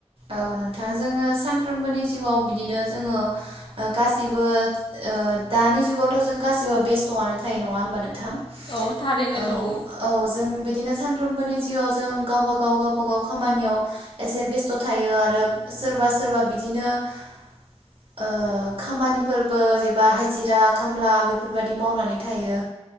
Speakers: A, on the right; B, on the left.
A: औ नोंथां जोङो सानफ्रोमबोनि जिउआव बिदिनो जोङो ओ गासैबो ओ दानि जुगावथ' जों गासिबो बेस्थ'आनो थायो नङा होनबा नों थां
B: औ थारैनो
A: औ
B: नंगौ
A: औ जों बिदिनो सान फ्रोमबोनि जिउआव जों गावबा गाव गावबा गाव खामानियाव एसे बेस स्थ' थायो आरो सोरबा सोरबा बिदिनो ओ खामानिफोरबो एबा हाजिरा खामला बेफोरबायदि मावनानै थायो।